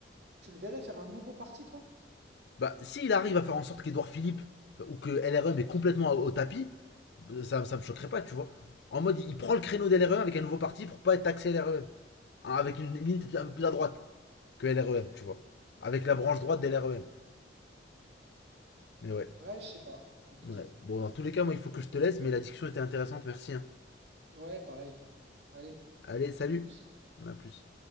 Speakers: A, on the right; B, on the left.
A: Tu le verrais faire un nouveau parti, toi?
B: Bah, s'il arrive à faire en sorte qu'Edouard Philippe euh, ou que LREM est complètement au, au tapis, bah, ça, ça me choquerait pas, tu vois. En mode, il prend le créneau de d'LREM avec un nouveau parti pour pas être taxé LREM. Hein, avec une ligne un peu plus à droite que LREM, tu vois. Avec la branche droite de d'LREM. Mais ouais,
A: Ouais, je sais pas, compliqué.
B: ouais. Bon, dans tous les cas, moi, il faut que je te laisse, mais la discussion était intéressante, merci. hein.
A: Ouais, pareil. Allez,
B: Allez, salut,
A: à plus.
B: à plus.